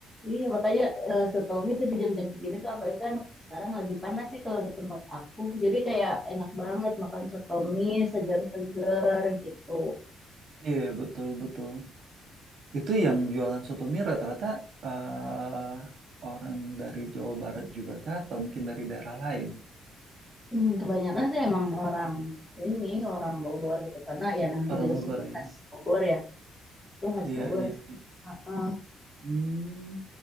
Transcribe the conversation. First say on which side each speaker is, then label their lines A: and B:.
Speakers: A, in the centre; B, on the right (about 65°).
A: Iya, makanya eh, setau itu di jam-jam segini tuh apalagi kan sekarang lagi panas sih kalau di tempat aku. Jadi kayak enak banget makan soto mie segar-segar gitu.
B: iya, betul betul. Itu yang jualan soto mie rata-rata eh, orang dari Jawa Barat juga kah atau mungkin dari daerah lain?
A: Hmm, kebanyakan sih emang orang sini, orang Bogor gitu. Karena ya namanya
B: Orang
A: juga
B: Bogor
A: soto
B: ya.
A: khas Bogor ya. Itu khas
B: Iya,
A: Bogor
B: iya.
A: sih.
B: iya.
A: Heeh,
B: Hmm.